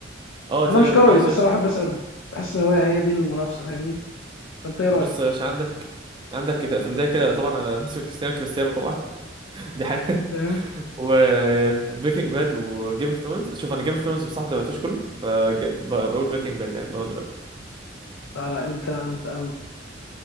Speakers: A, on the right; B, on the left.
A: اه
B: انا
A: تمام
B: مش كروي
A: ماشي
B: بس
A: قشطة.
B: انا احب اساله بحس هو هي دي المنافسه فاهمني فانت ايه رايك
A: بص يا باشا عندك عندك في البدايه كده طبعا انا ميسي كريستيانو كريستيانو طبعا <laughs> دي حاجه
B: تمام
A: وبريكنج باد وجيم اوف ثرونز شوف انا جيم اوف ثرونز بصراحه ما تابعتوش كله فبقول بريكنج باد يعني اللي هو دلوقتي
B: لا لا انت انت, انت